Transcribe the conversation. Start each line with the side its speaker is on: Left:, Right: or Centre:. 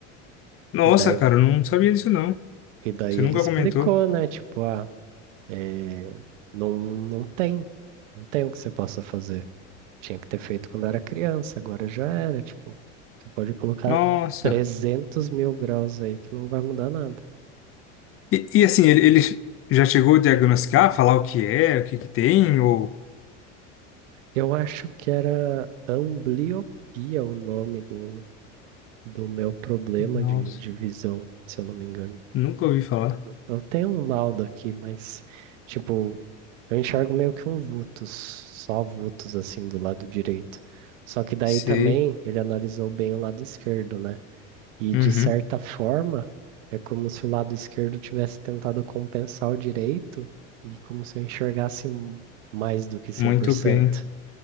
Left: Nossa,
Right: E daí,
Left: cara, eu não sabia disso não.
Right: e daí
Left: Você nunca
Right: ele explicou,
Left: comentou.
Right: né, tipo, ah, é, não, não tem, não tem o que você possa fazer. Tinha que ter feito quando era criança, agora já era, tipo, você pode colocar
Left: Nossa.
Right: 300 mil graus aí que não vai mudar nada.
Left: E, e, assim, ele, ele já chegou a diagnosticar, falar o que é, o que que tem, ou...
Right: Eu acho que era ambliopia o nome do, do meu problema
Left: Nossa,
Right: de, de visão, se eu não me engano.
Left: nunca ouvi falar.
Right: Eu tenho um laudo aqui, mas, tipo, eu enxergo meio que um vultus, só vultus assim do lado direito. Só que daí
Left: Sei.
Right: também ele analisou bem o lado esquerdo, né? E
Left: Uhum.
Right: de certa forma, é como se o lado esquerdo tivesse tentado compensar o direito e como se eu enxergasse mais do que 100%.
Left: Muito bem.